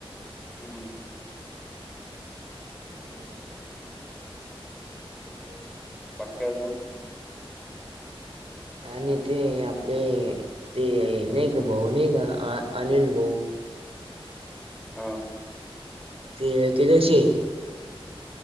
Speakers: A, in the centre; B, on the right.
A: हम् हम
B: हो त
A: बाकी्याजून
B: आणि ते आपले ते नाही का भाऊ नाही का अनिल भाऊ
A: हा
B: ते ते तशी